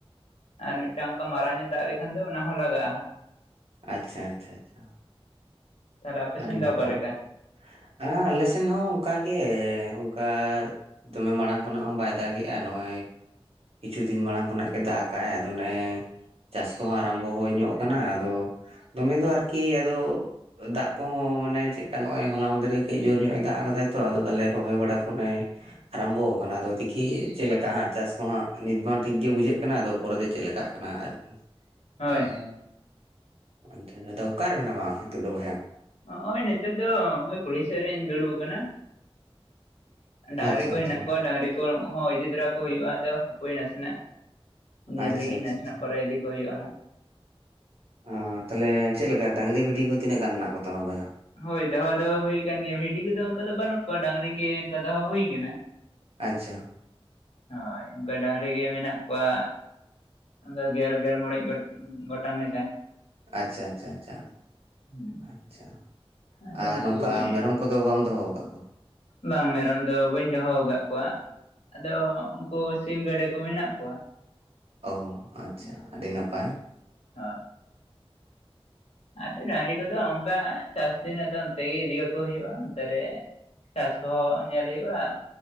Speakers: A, on the left (about 80°); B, on the right (about 70°).
A: ᱟᱨ ᱢᱤᱫᱴᱟᱝ ᱚᱱᱠᱟ ᱢᱟᱨᱟᱝ ᱧᱚᱜ ᱫᱟᱜ ᱞᱮᱠᱷᱟᱱ ᱫᱚ ᱚᱱᱟ ᱦᱚᱸ ᱞᱟᱜᱟᱜᱼᱟ ᱦᱟᱸᱜ᱾
B: ᱟᱪᱪᱷᱟ ᱟᱪᱪᱷᱟ ᱟᱪᱪᱷᱟ᱾
A: ᱛᱟᱦᱚᱞᱮ ᱟᱯᱮ
B: ᱟᱹᱰᱤ
A: ᱥᱮᱱ ᱫᱚ
B: ᱱᱟᱯᱟᱭ᱾
A: ᱚᱠᱟ ᱞᱮᱠᱟ
B: ᱦᱮ ᱟᱞᱮ ᱥᱮᱱ ᱦᱚᱸ ᱚᱱᱠᱟᱜᱮ ᱚᱱᱠᱟ- ᱫᱚᱢᱮ ᱢᱟᱲᱟᱝ ᱠᱷᱚᱱᱟᱜ ᱦᱚᱸ ᱵᱟᱭ ᱫᱟᱜᱮᱜᱼᱟ ᱱᱚᱜᱼᱚᱭ- ᱠᱤᱪᱷᱩ ᱫᱤᱱ ᱢᱟᱲᱟᱝ ᱠᱷᱚᱱᱟᱜ ᱜᱮ ᱫᱟᱜ ᱟᱠᱟᱟᱜᱼ ᱟᱭ ᱟᱫᱚ ᱚᱱᱮ- ᱪᱟᱥ ᱠᱚᱦᱚᱸ ᱟᱨᱟᱢᱵᱚ ᱦᱚ ᱠᱟᱱᱟ ᱟᱫᱚᱻ ᱫᱚᱢᱮ ᱫᱚ ᱟᱨᱠᱤ ᱟᱫᱚ- ᱠᱚᱦᱚᱸ ᱢᱟᱱᱮ ᱪᱮᱫᱠᱟ ᱱᱚᱜᱼᱚᱭ ᱦᱚᱞᱟ ᱠᱚᱦᱚᱸᱻ ᱢᱟᱱᱮ ᱦᱚᱞᱟ ᱪᱮᱫᱠᱟ ᱱᱚᱜ-ᱚᱭ ᱢᱚᱫᱫᱷᱮᱨ ᱨᱮ ᱜᱮ ᱠᱟᱹᱡ ᱡᱳᱨ ᱧᱚᱜᱼ ᱮ ᱫᱟᱜ ᱟᱠᱟᱫᱟᱭ ᱛᱚ ᱟᱫᱚ ᱛᱟᱞᱮ ᱨᱚᱦᱚᱭ ᱵᱟᱲᱟᱠ ᱠᱚᱱᱮᱻ ᱟᱨᱟᱢᱵᱚ ᱟᱠᱟᱱᱟ ᱟᱫᱚ ᱫᱤᱠᱷᱤ ᱪᱮᱫ ᱞᱮᱠᱟ ᱦᱟᱸᱜ ᱪᱟᱥ ᱠᱚᱦᱟᱸᱜ ᱱᱤᱛ ᱵᱟᱝ ᱴᱷᱤᱠ ᱜᱮ ᱵᱩᱡᱷᱟᱹᱜ ᱠᱟᱱᱟ ᱟᱫᱚ ᱯᱚᱨᱮ ᱫᱚ ᱪᱮᱫ ᱞᱮᱠᱟ? ᱠᱟᱱᱟ ᱟᱨᱠᱤ᱾
A: ᱦᱳᱭ
B: ᱦᱮᱸ
A: ᱦᱳᱭ
B: ᱟᱪᱪᱷᱟ ᱟᱫᱚ ᱚᱠᱟᱨᱮ ᱢᱮᱱᱟᱢᱟ ᱱᱤᱛᱚᱜ ᱵᱚᱭᱦᱟ?
A: ᱱᱚᱜ-ᱚᱭ ᱱᱤᱛᱳ ᱫᱚ ᱱᱚᱜ ᱠᱩᱲᱦᱤ ᱥᱮᱫ ᱨᱮᱧ ᱫᱩᱲᱩᱵ ᱟᱠᱟᱱᱟ᱾ ᱰᱟᱝᱨᱤ
B: ᱟᱪᱪᱷᱟ
A: ᱠᱚ
B: ᱟᱪᱪᱷᱟ
A: ᱦᱮᱱᱟᱜ ᱠᱚᱣᱟ, ᱰᱟᱝᱨᱤ ᱠᱚ ᱤᱫᱤ ᱛᱚᱨᱟ ᱠᱚ ᱦᱩᱭᱩᱜᱼᱟ ᱟᱫᱚ ᱦᱟᱯᱳᱭ ᱱᱟᱥᱮᱱᱟᱜ᱾ ᱧᱮᱞ
B: ᱟᱪᱪᱷᱟ
A: ᱞᱟᱹᱜᱤᱧ
B: ᱟᱪᱪᱷᱟ
A: ᱱᱟᱥᱮᱱᱟᱜ ᱯᱚᱨᱮ ᱤᱫᱤ ᱠᱚ ᱦᱩᱭᱩᱜᱼᱟ ᱦᱟᱸᱜ᱾
B: ᱚᱻ ᱛᱟᱦᱚᱞᱮ ᱪᱮᱫᱞᱮᱠᱟ ᱰᱟᱝᱨᱤ ᱵᱷᱤᱰᱤ ᱠᱚ ᱛᱤᱱᱟᱹᱜ ᱜᱟᱱ ᱢᱮᱱᱟᱜ ᱠᱚᱛᱟᱢᱟ ᱵᱚᱭᱦᱟ?
A: ᱦᱳᱭ ᱫᱚᱦᱚ ᱫᱚᱦᱚ ᱦᱩᱭ ᱟᱠᱟᱱ ᱜᱮᱭᱟ ᱵᱷᱤᱰᱤ ᱠᱚᱫᱚ ᱚᱱᱠᱟ ᱫᱚ ᱵᱟᱹᱱᱩᱜ ᱠᱚᱣᱟ ᱰᱟᱝᱨᱤ ᱜᱮ ᱚᱱᱠᱟ ᱫᱚᱦᱚ ᱦᱩᱭᱟᱠᱟᱱᱟ᱾
B: ᱟᱪᱪᱷᱟ᱾
A: ᱦᱳᱭ ᱚᱱᱠᱟ ᱰᱟᱝᱨᱤ ᱜᱮ ᱢᱮᱱᱟᱜ ᱠᱚᱣᱟ ᱟᱫᱚ ᱜᱮᱞ ᱜᱮᱞ ᱢᱚᱬᱮᱡ ᱜᱚᱴᱟᱝ ᱞᱮᱠᱟ᱾
B: ᱟᱪᱪᱷᱟ ᱟᱪᱪᱷᱟ ᱟᱪᱪᱷᱟ
A: ᱦᱮᱸ
B: ᱟᱪᱪᱷᱟ
A: ᱟᱫᱚ
B: ᱟᱨ
A: ᱩᱱᱠᱩ
B: ᱱᱚᱝᱠᱟ
A: ᱠᱚᱜᱮ
B: ᱢᱮᱨᱚᱢ ᱠᱚ- ᱠᱚᱫᱚ ᱵᱟᱢ ᱫᱚᱦᱚ ᱠᱟᱜ ᱠᱚᱣᱟ?
A: ᱵᱟᱝ ᱢᱮᱨᱚᱢ ᱫᱚ ᱵᱟᱹᱧ ᱫᱚᱦᱚ ᱠᱟᱜ ᱠᱚᱣᱟ᱾ ᱟᱫᱚ ᱩᱱᱠᱩ ᱥᱤᱢ ᱜᱮᱰᱮ ᱠᱚ ᱢᱮᱱᱟᱜ ᱠᱚᱣᱟ ᱾
B: ᱚ ᱟᱪᱪᱷᱟ ᱟᱹᱰᱤ ᱱᱟᱯᱟᱭ ᱾
A: ᱦᱳᱭ ᱟᱫᱚ ᱰᱟᱝᱨᱤ ᱠᱚᱫᱚ ᱚᱱᱠᱟ ᱪᱟᱥ ᱫᱤᱱ ᱟᱫᱚ ᱚᱱᱛᱮ ᱜᱮ ᱤᱫᱤᱠᱟᱠᱚ ᱦᱩᱭᱩᱜᱼᱟ ᱚᱱᱛᱮ ᱨᱮ ᱪᱟᱥ ᱠᱚᱦᱚᱸ ᱧᱮᱞ ᱦᱩᱭᱩᱜᱼᱟ